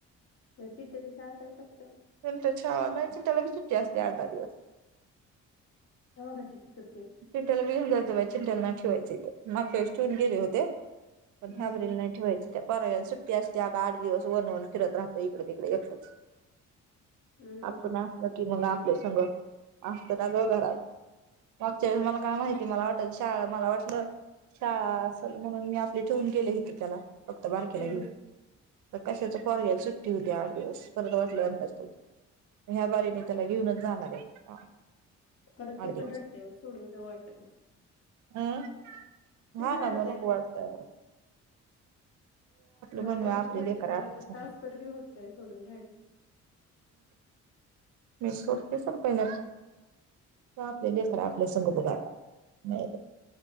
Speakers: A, on the left (about 45°); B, on the right (about 75°).
A: म चिड्ट्याच्या शाळा काय करत.
B: प त्या छ नाही त्याला बी सुट्टी असते अठ दहा दिवस
A: नकाशच सतेे.
B: चिंट्याला बघन जायं बाज चिंट्याला ना ठेवायचंयथ मग फेशटेवन गेले होते.
A: हम्म
B: पण ह्याब्रिल
A: हम्म
B: नाही ठेवायच. त्या परव्याला सुट्टी असते आ आठ दिवस वनवन फिरत राहतं इकडे तिकडे एकटच.
A: हम्म हम्म
B: आपण
A: हम्म
B: असलं की मग आपले संग असत ना ग घरात मागच्या वेळेस मला काय माहिती मला वाटत शाळा मला वाटलं. छ असल म्हणून मी आपले ठेवून गेले इथ त्याला फक्त बारकेला
A: हम्म
B: घेऊन. कशाच पर्यायल सुट्टी होती आठ दिवस परत वाटल्या अंदाज. ह्या बारीने त्याला घेऊनच जाणार आहे.
A: करत ते
B: आठ दिवस
A: पण रडत सोडून जाव वाटत नाही.
B: हम्
A: ते
B: हा
A: बी रडतय
B: ना दोन ख वत आहे.
A: तु म्हाला
B: म्हणून
A: तेवढंत
B: आपली
A: होतय
B: लेकर
A: मला
B: आपली
A: तर
B: संग
A: तासभर बी होत नाही सोडून राहायचं.
B: मी सोडते
A: हम्म
B: सग पहिल्या आपलेले तर आपलेसग उ बघा नाही.